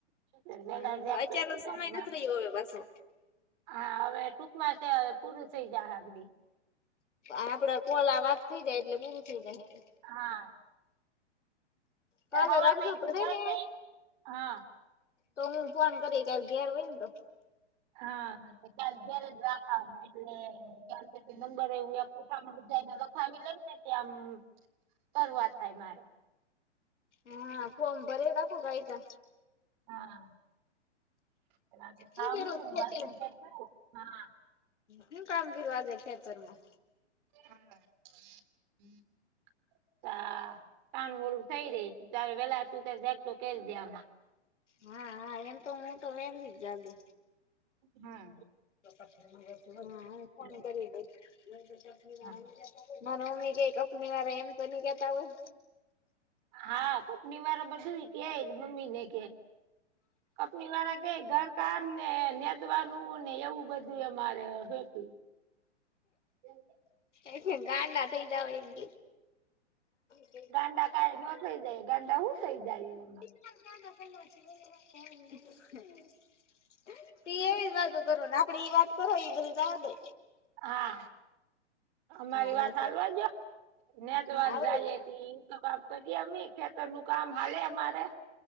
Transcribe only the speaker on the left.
હા એમ અત્યારે
સમય
નથી રહ્યો હવે પાછો
આપડા કોલ આ વાત થઇ જાય એટલે પૂરું થઇ જાય
કાલે
રાખજો
ભરીને
તો હું ફોન કરીને ઘેર હોય ને તો
હા ફોર્મ ભરે રાખો ગઈ તો
શું કર્યું ખેતી
હું કામ કરવા જઈ ખેતરમાં
હા હા એમ તો હું તો વેલી જ જાગુ
હા હું ફોન
કરી દઈ
મા મમ્મી કે કંપનીવાળા એમ તો નહી કેતા હોય
એથી ગાંડા થઈ જવાય એમ કે એ
ગ જ હે <unintelligible> પી એવી જ વાતો કરો ને આપડે એઈ વાત કરો એ બધી જવા દો
હા
બસ
આવડે